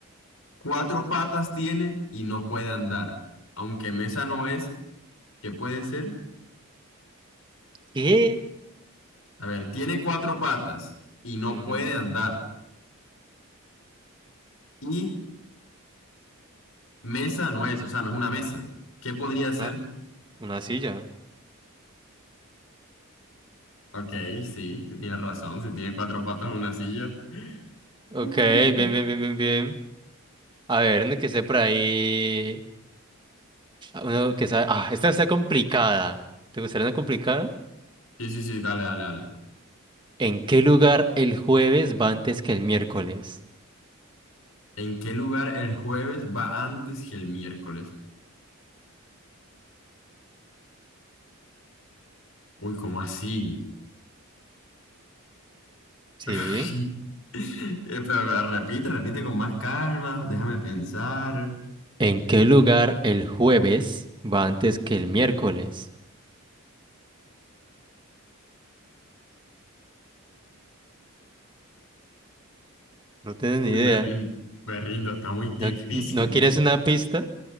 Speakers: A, on the left; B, on the right.
A: Cuatro patas tiene y no puede andar. Aunque mesa no es, ¿qué puede ser?
B: ¿Qué?
A: A ver, tiene cuatro patas y no
B: Ujú.
A: puede andar. Y mesa no es, o sea, no es una mesa. ¿Qué podría ser?
B: Una, una silla.
A: Ok, sí, sí tienes razón. Si tiene cuatro patas, una silla.
B: Ok,
A: Mm.
B: bien, bien, bien, bien, bien. A ver, uno que esté por ahí. Uno que sabe. Ah, esta está complicada. ¿Te gustaría una complicada?
A: Sí, sí, sí, dale, dale, dale.
B: ¿En qué lugar el jueves va antes que el miércoles?
A: ¿En qué lugar el jueves va antes que el miércoles? Uy, ¿cómo así?
B: Sí,
A: <laughs> Eh, Pero, pero repite, repite con más calma, déjame pensar.
B: ¿En qué lugar el jueves va antes que el miércoles? No tienes ni
A: Uy,
B: idea.
A: me rindo, me rindo, está muy difícil.
B: ¿No, no quieres una pista?